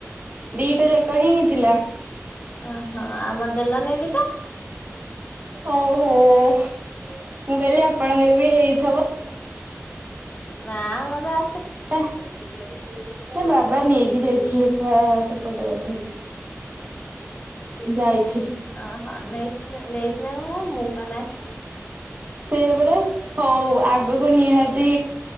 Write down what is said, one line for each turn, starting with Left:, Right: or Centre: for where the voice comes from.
Right: ଦିଟା ଯାକ ହିଁ ହିଁ ଥିଲା।
Left: ଓହୋ! ଆମ ଦେଲନି ଦିଟା।
Right: ଓହୋ! ମୁଁ କହିଲି ଆପଣଙ୍କର ବି ହେଇଥିବ।
Left: ନା ମଲା
Right: ସେ ବାବା ନେଇକି ଯାଇଥିଲେ। ବା ସେପଟେ ବୋଧେ ଯାଇ
Left: ଓହଁ ନେଇିନା ନେଇ ସିନା କଣ କଣ ମୁଁ ପା ନାହିଁ?
Right: ହଉ ଆ <unintelligible> ଆଗକୁ ନିହାତି